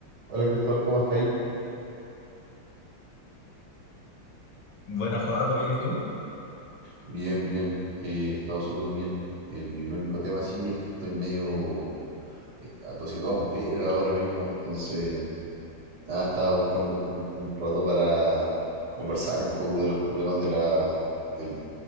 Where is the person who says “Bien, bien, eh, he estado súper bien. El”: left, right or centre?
Right